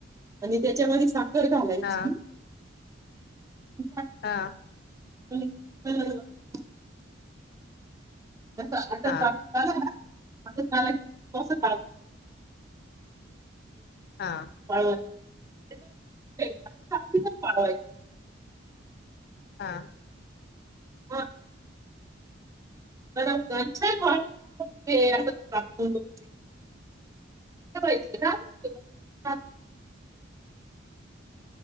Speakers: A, on the right; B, on the left.
A: आणि त्याच्या मधे सा तर घालायची.
B: हा
A: <inaudible>
B: हा
A: <unintelligible> आता आटत
B: हा हा
A: वाटत आला नां <unintelligible> काल एक डोसा <inaudible>
B: हा
A: वाळवण <unintelligible> सावलीलाच वाळवायचे.
B: हा
A: <unintelligible> <unintelligible> <unintelligible>